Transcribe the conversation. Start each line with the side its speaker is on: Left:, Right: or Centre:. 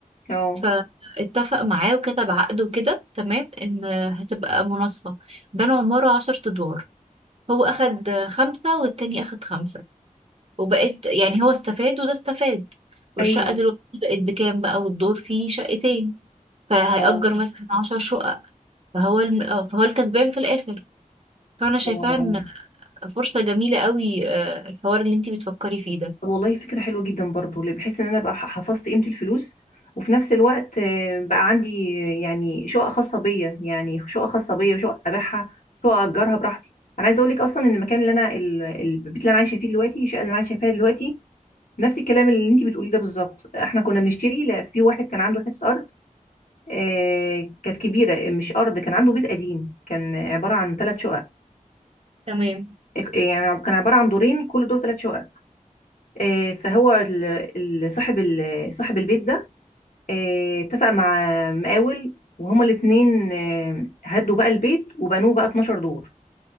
Left: اه
Right: فاتفق معاه وكتب عقد وكده تمام ان هتبقى مناصفة بنوا عمارة عشر أدوار هو أخد آه، خمسة والتاني أخد خمسة وبقت يعني هو استفاد وده استفاد والشقة
Left: ايوه
Right: دلوقتي بقت بكام بقى والدور فيه شقتين فهيأجر
Left: اه
Right: مثلا عشر شقق فهو الم... آه، فهو الكسبان في الآخر فأنا شايفاها
Left: اه آه.
Right: إن فرصة جميلة قوي آه، الحوار اللي انتي بتفكري فيه ده
Left: طب والله فكرة حلوة جدا برضو اللي بحس ان انا بقى حفظت قيمة الفلوس وفي نفس الوقت آه، بقى عندي آه، يعني شقة خاصة بيا يعني شقة خاصة بيا وشقة ابيعها شقة اجرها براحتي انا عايزة اقول لك اصلا ان المكان اللي انا ال- البيت اللي انا عايشة فيه دلوقتي الشقة اللي انا عايشة فيها دلوقتي نفس الكلام اللي انت بتقوليه ده بالظبط احنا كنا بنشتري لا، في واحد كان عنده حتة ارض آه، كانت كبيرة مش ارض كان عنده بيت قديم كان عبارة عن ثلاث شقق
Right: تمام
Left: يعني كان عبارة عن دورين كل دور ثلاث شقق آه، فهو ال- ال- صاحب ال- صاحب البيت ده آه، اتفق مع مقاول وهما الاتنين آه، هدوا بقى البيت وبنوه بقى 12 دور